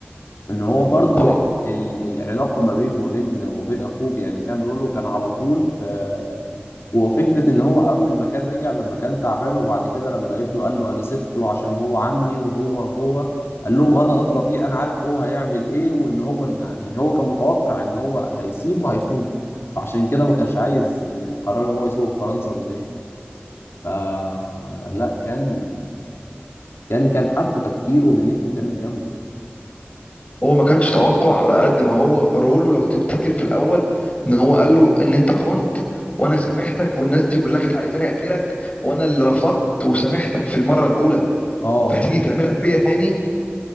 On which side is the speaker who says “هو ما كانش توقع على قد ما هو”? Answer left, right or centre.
Left